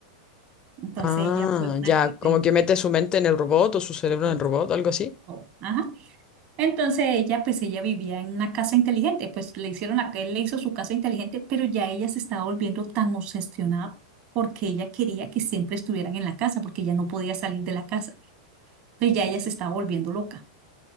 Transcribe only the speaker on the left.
Ah,
ya,
como que mete su mente en el robot o su cerebro
en el robot, algo así.